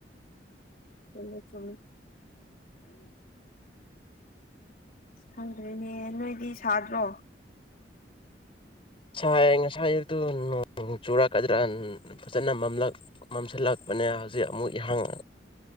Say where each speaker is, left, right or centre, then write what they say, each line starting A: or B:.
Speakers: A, on the left; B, on the left.
A: ꯆꯨꯝꯃꯤ ꯆꯃꯤ ꯈꯪꯗ꯭ꯔꯤꯅꯦ ꯅꯣꯏꯗꯤ ꯁꯥꯗ꯭ꯔꯣ
B: ꯁꯥꯏ ꯉꯁꯥꯏ ꯑꯌꯨꯛꯇꯨ ꯅꯣꯡ ꯆꯨꯔꯛꯀꯗ꯭ꯔꯥ ꯐꯖꯅꯂ ꯃꯝꯁꯤꯜꯂꯛ ꯆꯠꯄꯅꯦ ꯍꯧꯖꯤꯛ ꯑꯃꯨꯛ ꯏꯍꯥꯡ